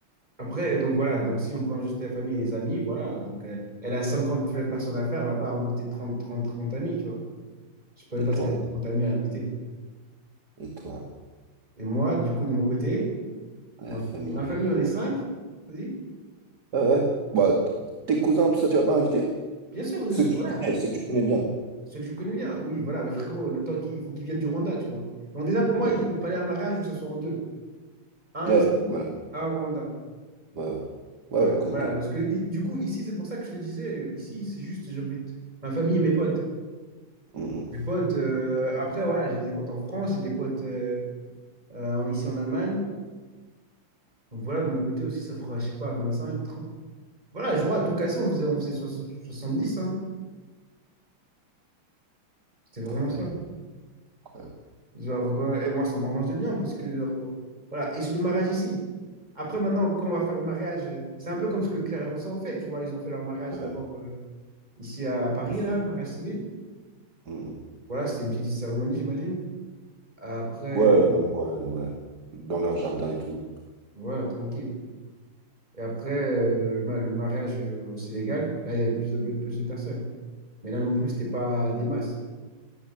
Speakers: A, on the right (about 20°); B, on the right (about 50°).
A: après, donc voilà, donc si on prend juste la famille et les amis, voilà, donc euh, elle a 50 personnes à faire, elle va pas inviter 30 30 30 amis, tu vois. Je peux même
B: et
A: pas
B: toi,
A: si elle a 30 amis à inviter.
B: et toi,
A: Et moi, du coup, de mon côté,
B: la
A: donc,
B: famille
A: dans ma
B: plus
A: famille,
B: amis.
A: on est cinq vas-y.
B: Ouais, ouais. Bah, t- tes cousins, tout ça, tu vas pas inviter?
A: Bien sûr, euh,
B: Ceux que
A: voilà,
B: tu connais, ceux que tu connais bien.
A: ceux que je connais bien, oui, voilà, mais frérot, le temps qu'il faut qu'ils viennent du Rwanda, tu vois. Donc déjà, pour moi,
B: Mm.
A: il, il fallait un mariage où ça soit en deux. Un
B: Ouais,
A: ici,
B: voilà.
A: un au Rwanda.
B: Ouais, ouais. Ouais,
A: Ouais,
B: comme
A: voilà,
B: tout.
A: parce que i- du coup, ici, c'est pour ça que je te disais, ici, c'est juste, j'invite ma famille et mes potes.
B: Mm.
A: Mes potes, euh, après, voilà, j'ai des potes en France, j'ai des potes euh, euh, ici en Allemagne. Donc voilà, de mon côté aussi, ça fera, je sais pas, cinq trente Voilà, je crois à tout casser, on faisait, on faisait soix- dix hein. C'était vraiment
B: Ah
A: ça.
B: ouais, incroyable.
A: Genre, euh, et moi, ça m'arrangeait bien parce que, genre, voilà, et c'est le mariage ici. Après, maintenant, quand on va faire le mariage, euh, c'est un peu comme ce que Claire et Vincent ont fait, tu vois, ils ont fait leur mariage
B: Ouais,
A: d'abord euh, ici à Paris,
B: ici.
A: là, le mariage civil.
B: Mm.
A: Voilà, c'était une petite cérémonie, j'imagine. Après,
B: Ouais, vraiment, ouais, ouais. ouais. Dans leur jardin et tout.
A: voilà, tranquille. Et après, euh, le ma- le mariage euh, au Sénégal, là, il y avait plus de, pe- plus de personnes. Mais là non plus, c'était pas des masses,